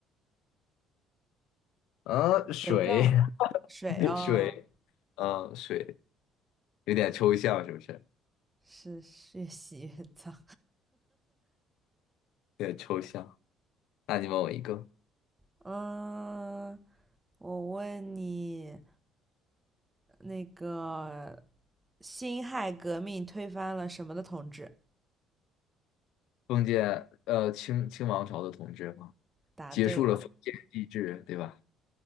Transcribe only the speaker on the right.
肥皂，水哦，
是是越洗越脏。
<laughs> 嗯，我问你，那个辛亥革命推翻了什么的统治？
答对了。